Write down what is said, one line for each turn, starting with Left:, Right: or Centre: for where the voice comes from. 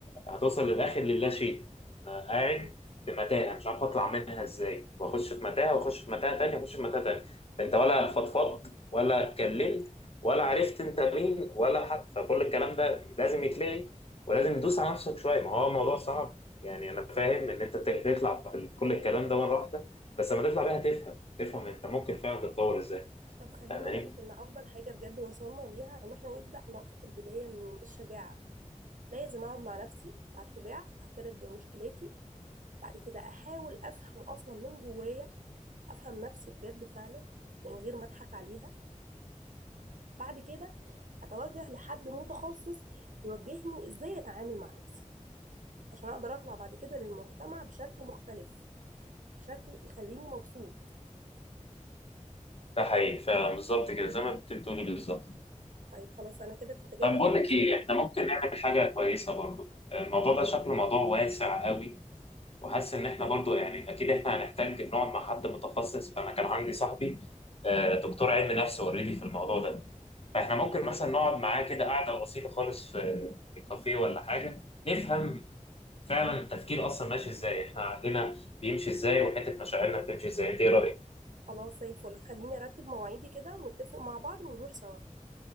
Left: هتوصل للاخر للا شيء يعني انا قاعد
Right: مظبوط
Left: في متاهه مش عارف اطلع منها ازاي واخش في متاهه واخش في متاهه تانية واخش في متاهه تانية فانت ولا فضفضت ولا اتكلمت ولا عرفت انت مين ولا حد فكل الكلام ده لازم يتلغي ولازم تدوس على نفسك شويه ما هو الموضوع صعب يعني انا فاهم ان انت ت- تطلع بكل الكلام ده مره واحده بس لما تطلع بيها تفهم تفهم انت ممكن فعلا تتطور ازاي
Right: طب خليني
Left: فاهماني
Right: أقولك إن أفضل حاجة بجد وصلنا ليها إن إحنا نبدأ نقطة البداية منين الشجاعة لازم أقعد مع نفسي أبقى شجاع أعترف بمشكلتي بعد كده أحاول أفهم أصلا من جوايا أفهم نفسي بجد فعلا من غير ما أضحك عليها بعد كده أتوجه لحد متخصص يوجهني إزاي أتعامل مع نفسي عشان أقدر أطلع بعد كده للمجتمع بشكل مختلف بشكل يخليني مبسوط
Left: ده حقيقي فعلا بالظبط كده زي ما كنت بتقولي بالظبط
Right: طيب خلاص أنا كده كنت جايبة
Left: طب بقول لك ايه
Right: كده
Left: احنا ممكن نعمل حاجه كويسه برضو الموضوع ده شكله موضوع واسع قوي وحاسس ان احنا برضو يعني اكيد احنا هنحتاج نقعد مع حد متخصص فانا كان عندي صاحبي آه، دكتور علم نفس اوريدي في الموضوع ده فاحنا ممكن
Right: كويس
Left: مثلا نقعد معاه كده قعده بسيطه خالص في في كافيه ولا حاجه نفهم فعلا التفكير اصلا ماشي ازاي احنا عقلنا بيمشي ازاي وحته مشاعرنا بتمشي ازاي انت ايه رايك
Right: خلاص زي الفل خليني ارتب مواعيدي كده ونتفق مع بعض ونروح سوا